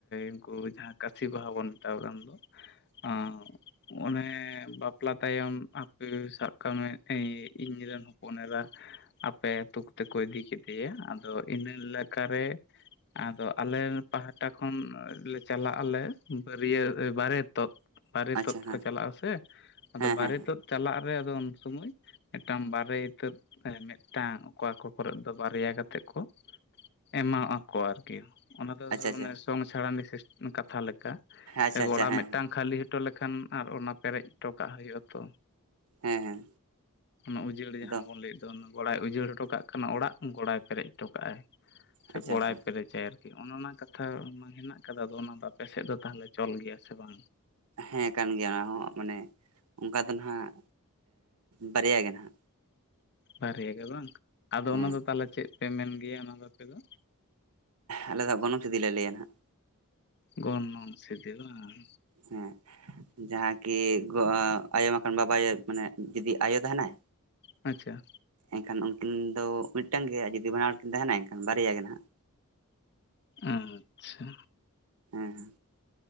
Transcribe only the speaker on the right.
ᱟᱪᱪᱷᱟ
ᱦᱮᱸ
ᱦᱮᱸ
ᱦᱮᱸ
ᱟᱪᱪᱷᱟ
ᱟᱪᱪᱷᱟ
ᱦᱮᱸ
ᱟᱪᱪᱷᱟ
ᱟᱪᱪᱷᱟ ᱦᱮᱸ
ᱦᱮᱸ
ᱦᱮᱸ ᱦᱮᱸ
ᱫᱚ
ᱟᱪᱪᱷᱟ
ᱟᱪᱪᱷᱟ
ᱦᱮᱸ ᱠᱟᱱ ᱜᱮᱭᱟ ᱚᱱᱟ ᱦᱚᱸ ᱢᱟᱱᱮ ᱚᱱᱠᱟ ᱫᱚ ᱱᱟᱦᱟᱜ ᱵᱟᱨᱭᱟ ᱜᱮ ᱱᱟᱦᱟᱜ᱾
ᱦᱮᱸ
ᱟᱞᱮ ᱫᱚ ᱜᱚᱱᱚᱝ ᱪᱷᱤᱫᱤᱞ ᱞᱮ ᱞᱟᱹᱭᱟ ᱱᱟᱦᱟᱸᱜ᱾
ᱦᱮᱸ᱾ ᱡᱟᱦᱟᱸ ᱠᱤ ᱟᱭᱳ ᱢᱟᱠᱷᱟᱱ ᱵᱟᱵᱟᱭ ᱟᱭᱳ ᱢᱟᱱᱮ ᱡᱩᱫᱤ ᱟᱭᱳ ᱛᱟᱦᱮᱱᱟᱭ᱾
ᱮᱱᱠᱷᱟᱱ ᱩᱱᱠᱤᱱ ᱫᱚ ᱢᱤᱫᱴᱟᱝ ᱜᱮ ᱟᱨ ᱡᱩᱫᱤ ᱵᱟᱱᱟᱨ ᱦᱚᱲ ᱠᱤᱱ ᱛᱟᱦᱮᱸᱱᱟ ᱮᱱᱠᱷᱟᱱ ᱵᱟᱨᱭᱟ ᱜᱮ ᱱᱟᱦᱟᱜ᱾
ᱦᱮᱸ᱾